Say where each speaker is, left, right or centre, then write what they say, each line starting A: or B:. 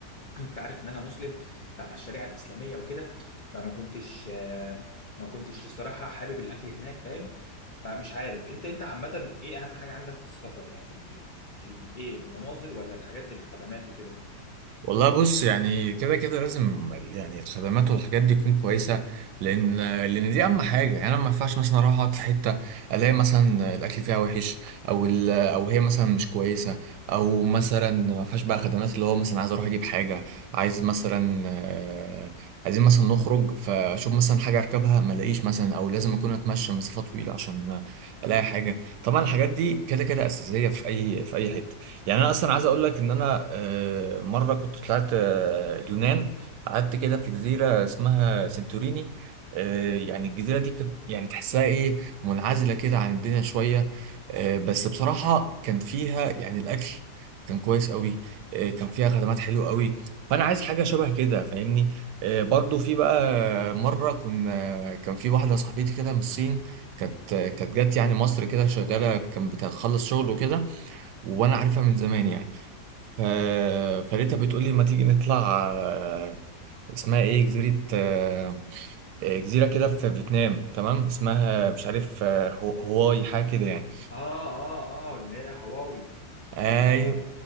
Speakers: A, on the left; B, on the right.
A: انت عارف ان انا مسلم فعلى الشريعه الاسلاميه وكده فما كنتش آه، ما كنتش الصراحه حابب الاكل هناك فاهم فمش عارف انت انت عامه ايه اهم حاجه عندك في السفر يعني ال... ال... ايه المناظر ولا الحاجات الخدمات وكده
B: والله بص يعني كده كده لازم يعني الخدمات والحاجات دي تكون كويسه لان لان دي اهم حاجه يعني انا ما ينفعش مثلا اروح اقعد في حته الاقي مثلا الاكل فيها وحش او ال... او هي مثلا مش كويسه او مثلا ما فيهاش بقى خدمات اللي هو مثلا عايز اروح اجيب حاجه عايز مثلا آه، عايزين مثلا نخرج فاشوف مثلا حاجه اركبها ما الاقيش مثلا او لازم اكون اتمشى مسافه طويله عشان الاقي حاجه طبعا الحاجات دي كده كده اساسيه في اي في اي حته يعني انا اصلا عايز اقول لك ان انا آه، مره كنت طلعت آه، اليونان قعدت كده في جزيره اسمها سنتوريني آه، يعني الجزيره دي كانت يعني تحسها ايه منعزله كده عن الدنيا شويه آه، بس بصراحه كان فيها يعني الاكل كان كويس قوي آه، كان فيها خدمات حلوه قوي فانا عايز حاجه شبه كده فاهمني آه، برضو في بقى مره كنا كان في واحده صاحبتي كده من الصين كانت كانت جت يعني مصر كده شغاله كان بتخلص شغل وكده وانا عارفها من زمان يعني ف... فلقيتها بتقول لي ما تيجي نطلع آه، اسمها ايه جزيرة آه، آه، جزيرة كده في فيتنام تمام اسمها مش عارف آه، هو- هواي حاجة كده يعني
A: اه اه اه اللي هي هواوي ولا
B: ايوه